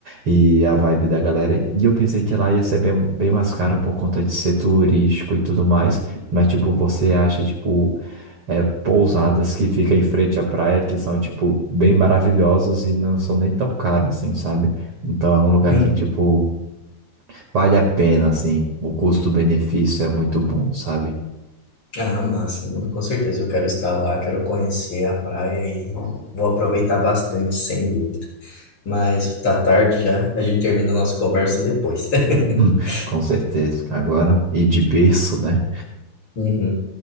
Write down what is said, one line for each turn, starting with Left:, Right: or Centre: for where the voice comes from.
Right: E a vibe da galera. E eu pensei que lá ia ser bem, bem mais caro por conta de ser turístico e tudo mais. Mas, tipo, você acha, tipo é, pousadas que ficam em frente à praia, que são, tipo, bem maravilhosas e não são nem tão caros assim, sabe? Então é um lugar
Left: uhum.
Right: que, tipo, vale a pena, assim, o custo-benefício é muito bom, sabe?
Left: Ah, massa, mano, com certeza eu quero estar lá, quero conhecer a praia e vou aproveitar bastante, sem dúvida. Mas tá tarde já, a gente termina a nossa conversa depois. <laughs>
Right: Hum, <laughs> Com certeza. Agora, e de berço, né?
Left: Uhum.